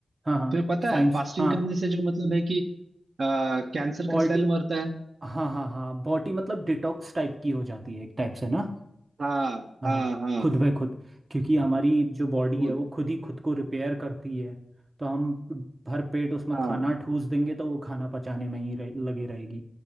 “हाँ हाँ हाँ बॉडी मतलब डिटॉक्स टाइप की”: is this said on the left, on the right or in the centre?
Right